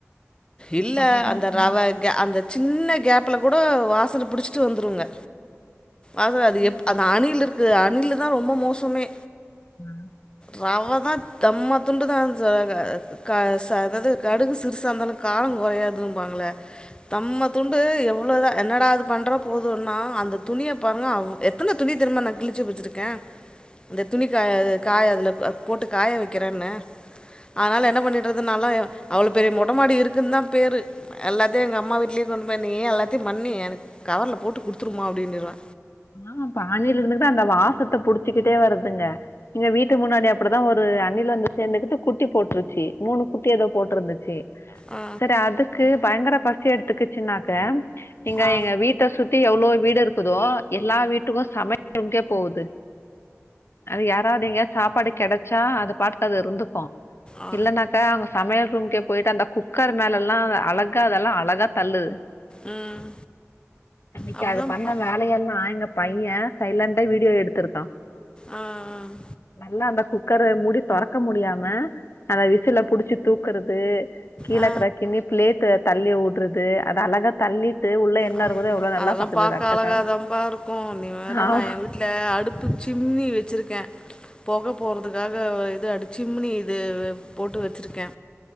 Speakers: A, on the left; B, on the left.
A: இல்ல
B: அப்டிதா
A: அந்த
B: பண்ணோ
A: ரவ க அந்த சின்ன கேப்ல கூட வாசனை புடிச்சிட்டு வந்துருங்க அது அது
B: ஆமா
A: எப் அது அணில் இருக்கு அணிலு தா ரொம்ப மோசமே
B: ம்
A: ரவ தா தம்மாதுண்டு தா சகத் க ச அதாவது கடுகு சிறுசா இருந்தாலு கார குறையாதுபாங்கள தம்மா துண்டு எவ்ளோ தா என்னடா அது பண்ணுற போதுன்னா அந்த துணிய பாருங்க அவ் எத்தன துணி தெரியுமா நா கிழிச்சி வச்சிருக்கே இந்த துணி காயயத் காய அதுல போ போட்டு காய வைக்கிறேன்ன அதுனால என்ன பண்ணிட்டுறதுனால அவ்ளோ பெரிய மொட்ட மாடி இருக்குன்தா பேரு எல்லாத்தையு எங்க அம்மா வீட்லயே கொண்டு போய் நீயே எல்லாத்தையு பண்ணி எனக்கு கவர்ல போட்டு கொடுத்துருமா அப்டின்னுருவ
B: ஆமா காலையில இருந்துதா அந்த வாசத்த புடிச்சிக்கிட்டே வருதுங்க எங்க வீட்டு முன்னாடி அப்படிதா ஒரு அணில் வந்து சேர்ந்துகிட்டு குட்டி போட்டுருச்சு மூனு குட்டி எதோ போட்டிருந்துச்சு
A: ஆ
B: சரி அதுக் கு பயங்கர பசி எடுத்துக்குச்சின்னாக்க நீங்க
A: ஆ
B: எங்க வீட்ட சுத்தி எவ்ளோ வீடு இருக்குதோ எல்லா வீட்டுக்கு சமைரூம்க்கே போகுது அது யாராவது எங்கயா சாப்பாடு கெடச்சா அது பாட்டுக்கு அது இருந்துக்கு
A: ஆ
B: இல்லனாக்கா அவ சமையல் ரூம்கே போயிட்டு அந்த குக்கர் மேல எல்லா அது அழகா அதெல்லா அழகா தள்ளுது
A: ம்
B: இன்னைக்கு
A: அப்படிதான்ப்பா
B: அது பண்ண வேலையெல்லா நா எங்க பைய சைலன்டா வீடியோ எடுத்திருக்கா
A: ஆ ஆ
B: நல்லா அந்த குக்கரு மூடி தொறக்க முடியாம அந்த விசில புடிச்சு தூக்குறது கீழ
A: ஆ
B: கிராக்கிண்ணி பிளேட்டு தள்ளி உற்றது அது அழக தள்ளிட்டு உள்ள என்ன
A: அ
B: இருக்குதோ எவ்ளோ நல்லா
A: அதெல்லா
B: பாக்குது
A: பாக்க
B: ரெட்ட
A: அழகாதாம்பா
B: கால்ல
A: இருக் கு நீ வேற
B: ஆமா
A: நா எ வீட்டுல அடுப்பு சிம்மி வச்சிருக்கே பொக போறதுக் காக இது அடிச்சுமினி இது போட்டு வச்சிருக்கே